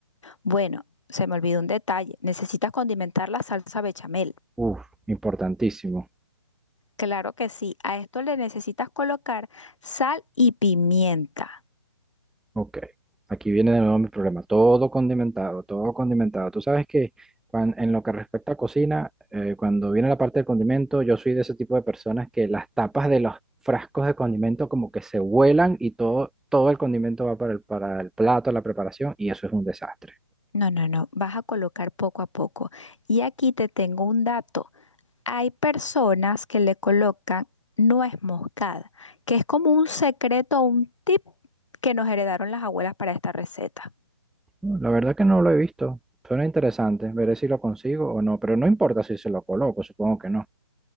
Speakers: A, on the left; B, in the centre.
A: Bueno, se me olvidó un detalle. Necesitas condimentar la salsa bechamel.
B: Uf, importantísimo.
A: Claro que sí. A esto le necesitas colocar sal y pimienta.
B: Ok, aquí viene de nuevo mi problema. Todo condimentado, todo condimentado. Tú sabes que cuan- en lo que respecta a cocina, eh, cuando viene la parte del condimento, yo soy de ese tipo de personas que las tapas de los frascos de condimento como que se vuelan y todo, todo el condimento va para el, para el plato, la preparación, y eso es un desastre.
A: No, no, no. Vas a colocar poco a poco. Y aquí te tengo un dato. Hay personas que le colocan nuez moscada, que es como un secreto, o un tip que nos heredaron las abuelas para esta receta.
B: No, La verdad que no lo he visto. Suena interesante, veré si lo consigo o no, pero no importa si se lo coloco, supongo que no.